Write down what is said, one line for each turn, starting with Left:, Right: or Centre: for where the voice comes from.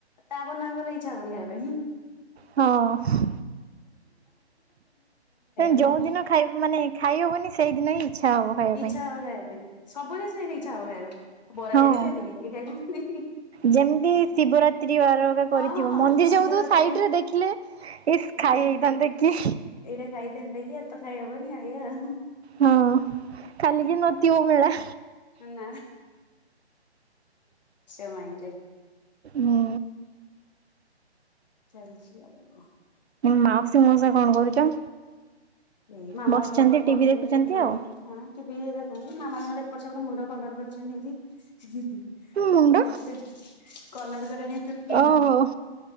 Left: ତା ପର ଦିନ ଆଉ ଗଲେ ଇଚ୍ଛା ହବନି ଖାଇବା ପାଇଁ।
Right: ହଁ
Left: <unintelligible>
Right: ଯୋଉ ଦିନ ଖାଇ ମାନେ ଖାଇହବନି ସେଇଦିନ ହିଁ ଇଚ୍ଛା ହବ। ଖାଇବା
Left: ଇଛା
Right: ପାଇଁ
Left: ହବ ଖାଇବା ପାଇଁ। ସବୁ ଜିନ୍ସ୍ ଏଇନା ଇଚ୍ଛା ହବ ଖାଇବା ପାଇଁ ବରା
Right: ହଁ।
Left: ଖାଇ ଦେଇେଇଥାନ୍ତି କି ଖାଇ
Right: ଯେମିତି ଶିବରାତି ଆର କରିଥିବ
Left: ହଁ ହଁ ହଁ
Right: ମନ୍ଦିର
Left: ଶିବରାତ୍ରି
Right: ଯାଉଥିବ ସାଇଡ
Left: ହେଲେ
Right: ରେ ଦେଖିଲେ ଇ ଖାଇ
Left: ହଁ
Right: ହେଇ ହେଇ ଥାନ୍ତା କି।
Left: ଏଇଟା ଖାଇଥାନ୍ତେ କି ଏ ତ ଖାଇହବନି ଏଇୟା।
Right: ହଁ କାଲି କି ନତିବ ମେଳା।
Left: ନା ନା ଏମିତି <unintelligible>
Right: ହଁ।
Left: ଚାଲିଛି ଆଉ।
Right: ମାଉସୀ ମଉସା କଣ କରୁଛ
Left: ଏଇ ମାମା
Right: ବସିଛନ୍ତି
Left: ବାପା କଣ
Right: ଟିଭି
Left: କରୁଥିବେ
Right: ଦେଖୁଛନ୍ତି
Left: ହଁ।
Right: ଆଉ
Left: ହଁ ଟିଭି ଦେଖନ୍ତୁ ମାମା ତାଙ୍କର ଏପଟ ସେପଟ ମୁଣ୍ଡ କଲର କରିଛନ୍ତି ଆଜି।
Right: ମୁଣ୍ଡ
Left: ତତେ କଲର କରେନି ଚୁଟି
Right: ଓହୋ